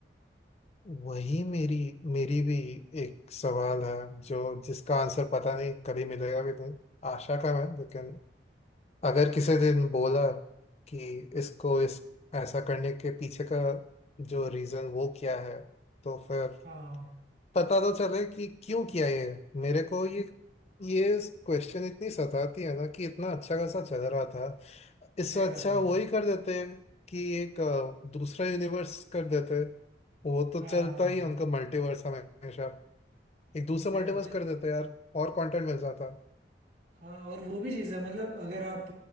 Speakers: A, on the left; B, on the right.
A: वही मेरी मेरी भी एक सवाल है जो जिसका आंसर पता नहीं कभी मिलेगा भी नहीं आशा कम है लेकिन अगर किसी दिन बोला कि इसको इस ऐसा करने के पीछे का जो रीजन वो क्या है तो फिर
B: हाँ
A: पता तो चले कि क्यों किया ये मेरे को ये ये क्वेश्चन इतनी सताती है ना कि इतना अच्छा खासा चल रहा था इससे
B: सही बात
A: अच्छा
B: है
A: वही कर देते कि एक अ, दूसरा यूनिवर्स कर देते वो
B: हाँ
A: तो चलता
B: हाँ
A: ही है उनका मल्टीवर्स हमेशा एक दूसरा
B: सही
A: मल्टीवर्स
B: बात है
A: कर देते यार और कंटेंट मिल जाता
B: हाँ और वो भी चीज़ है मतलब अगर आप